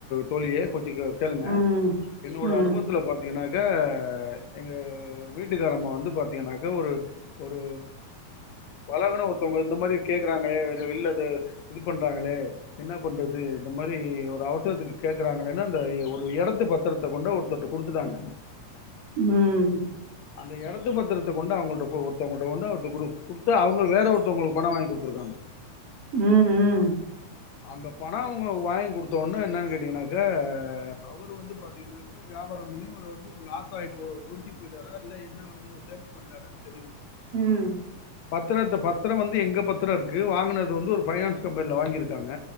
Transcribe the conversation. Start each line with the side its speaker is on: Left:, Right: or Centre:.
Left: தோழியே கொஞ்சோகேளுங்க
Right: ம்
Left: என்னோட
Right: ம்
Left: அனுபவத்துல பாத்தீங்கன்னா எங்க எங்க வீட்டுக்காரமா வந்து பார்த்தீங்கன்னாக்க ஒரு ஒரு பழகுன ஒருத்தவங்க இந்த மாரி கேக்குறாங்களே வெளியிலது இது பண்றாங்களே என்ன பண்றது இந்த மாதிரி ஒரு அவசரத்துக்கு கேக்குறாங்களேன்னு அந்த ஒரு இடத்து பத்திரத்தை கொண்டு ஒருத்தர்ட்ட குடுத்துட்டாங்க
Right: ம்
Left: அந்த இடத்து பத்திரத்த கொண்டு அவங்கள்ட ஒருத்தவங்கிட்ட கொண்டு கொடு கொடுத்து அவங்க வேற ஒருத்தவங்களுக்கு பணம் வாங்கி கொடுத்துருக்காங்க
Right: ம் ம்
Left: அந்த பணம் அவங்க வாங்கி கொடுத்தோடனே என்னன்னு கேட்டீங்கனாக்கா அவரு வந்து பாத்தீங்கன்னாக்க வியாபாரம் பண்ணி வந்து லாஸ் ஆயி நொடிஞ்சுபோயிட்டாரா இல்ல என்னே பண்ணி சேஃப்டி தெரியுமா சொரியும் <unintelligible>
Right: ம்
Left: பத்திரத்த பத்திரம் வந்து எங்க பத்திரம் இருக்கு வாங்குனது வந்து ஒரு பைனான்ஸ் கம்பெனில வாங்கிருக்காங்க